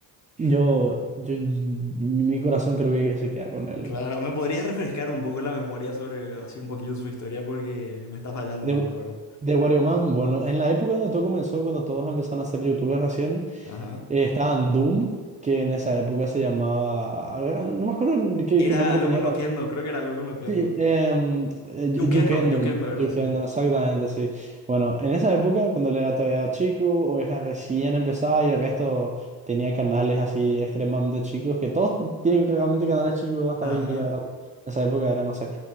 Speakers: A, on the right; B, on the left.
A: yo, yo, mi corazón creo que se queda con él.
B: Claro, ¿me podrías refrescar un poco la memoria sobre así un poquito su historia? Porque me está fallando
A: De,
B: un poco ahora.
A: de Wario Man, bueno, en la época donde todo comenzó, cuando todos empezaron a ser youtubers recién,
B: Ajá.
A: eh, estaban Doom, que en esa época se llamaba, ah, no me acuerdo qué,
B: Era
A: qué nombre
B: algo
A: tenía
B: con Loquendo, creo que era algo con Loquendo.
A: Sí, em, eh, yu-
B: Yukendo,
A: Yukendo,
B: Yukendo
A: yu-
B: era,
A: Yukendo,
B: sí.
A: exactamente, sí. Bueno, en esa época, cuando él era todavía chico, Oveja recién empezaba y el resto tenía canales así extremadamente chicos, que todos tienen realmente canales chicos hasta
B: Ajá.
A: hoy en día, ¿verdad? Pero En esa época era, no sé.